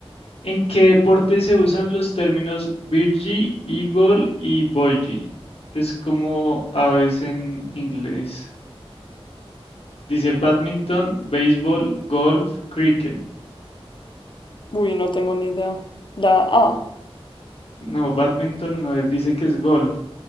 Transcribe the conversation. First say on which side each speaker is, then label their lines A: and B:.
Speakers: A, on the left; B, on the left.
A: ¿en qué deporte se usan los términos birdie, eagle y bogey? Es como aves en inglés. Dice, badminton, béisbol, golf, cricket.
B: Uy, no tengo ni idea. La A.
A: No, badminton no es, dice que es golf.